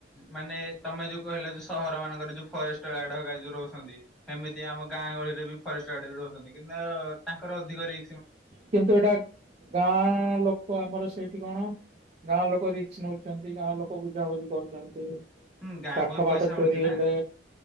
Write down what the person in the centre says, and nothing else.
ମାନେ ତମେ ଯୋଉ କହିଲ ଯୋଉ ସହର ମାନଙ୍କରେ ଯୋଉ ଫରେଷ୍ଟ ଗାର୍ଡ ହେଇକା ଯଉ ରହୁଛନ୍ତି ସେମିତି ଆମ ଗାଁ ଗହଳିରେ ବି ଫରେଷ୍ଟ ଗାର୍ଡ ରହୁଛନ୍ତି କିନ୍ତୁ ଅ-ଅ ତାଙ୍କର ଅଧିକରେ
ହୁଁ ଗାଁକୁ
ବି
ପଇସା
ମିଳୁଛି
ନା